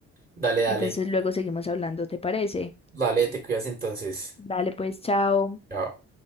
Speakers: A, on the right; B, on the left.
A: Dale, dale.
B: Entonces luego seguimos hablando, ¿te parece?
A: Dale, te cuidas entonces.
B: Dale, pues, chao.
A: Chao.